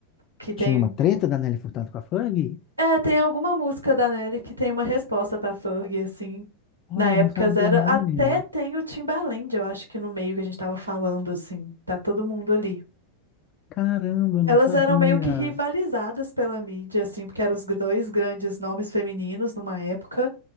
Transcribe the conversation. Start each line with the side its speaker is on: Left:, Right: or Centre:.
Right: que tem.
Left: Tinha uma treta da Nelly Furtado com a Fergie?
Right: É, tem alguma música da Nelly que tem uma resposta pra Fergie, assim.
Left: Olha,
Right: Na época
Left: não sabia
Right: zero,
Left: não,
Right: até
Left: menina.
Right: tem o Timbaland, eu acho que no meio que a gente tava falando, assim. Tá todo mundo ali.
Left: Caramba, eu não
Right: Elas
Left: sabia.
Right: eram meio que rivalizadas pela mídia, assim, porque eram os dois grandes nomes femininos numa época.